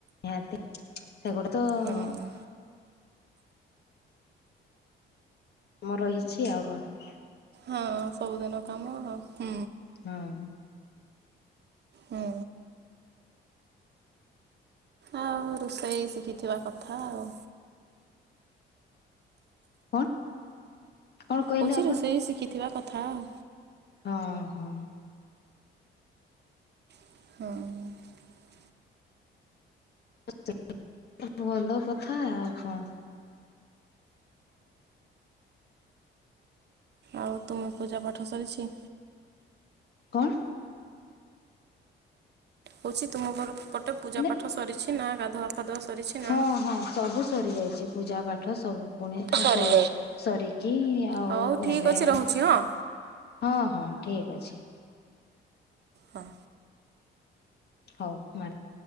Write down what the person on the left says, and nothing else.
ନିହାତି ସେଗୁଡା ତ-
କାମ ରହିଛି ଆଉ କଣ?
ହଁ
କଣ? କଣ କହିଲେ
ଆପଣ
ହଁ ହଁ।
<unintelligible> ଭଲ କଥା ଆଉ କଣ?
କଣ?
ହେଲେ
ହଁ
ହଁ ସବୁ ସରିଯାଇଛି ପୂଜା ପାଠ ସବୁ ପୁଣି
ସରିକି ଆଉ
ଏବେ-
ହଁ ହଁ ଠିକ ଅଛି।
ହଉ ମାର-